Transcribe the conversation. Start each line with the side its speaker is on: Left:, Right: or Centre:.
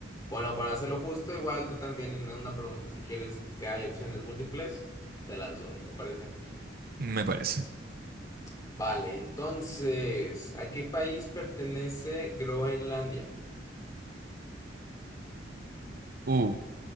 Left: Bueno, para hacerlo justo, igual tú también en una pregunta, si quieres que haya opciones múltiples, te las doy, ¿te parece?
Right: Me parece.
Left: Vale, entonces, ¿a qué país pertenece Groenlandia?
Right: Uh,